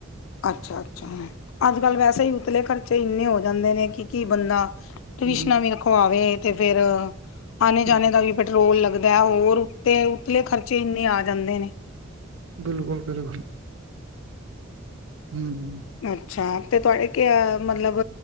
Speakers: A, on the left (about 70°); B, on the right (about 70°).
A: ਅੱਛਾ-ਅੱਛਾ ਅੱਜ-ਕੱਲ ਵੈਸੇ ਈ ਉਤਲੇ ਖਰਚੇ ਇੰਨੇ ਹੋ ਜਾਂਦੇ ਨੇ ਕਿ ਕੀ ਬੰਦਾ ਟਿਊਸ਼ਨਾਂ
B: ਹੂੰ
A: ਵੀ ਰਖਵਾਵੇ ਤੇ ਫੇਰ ਆਣੇ-ਜਾਣੇ
B: ਫਿਰ
A: ਦਾ ਵੀ ਪੈਟਰੋਲ ਲੱਗਦਾ ਹੋਰ ਉੱਤੇ ਉਤਲੇ ਖਰਚੇ ਇੰਨੇ ਆ ਜਾਂਦੇ ਨੇ।
B: ਬਿਲਕੁਲ-ਬਿਲੁਕੁਲ। ਹੂੰ।
A: ਅੱਛਾ ਤੇ ਤੁਆਡੇ ਮਤਲਬ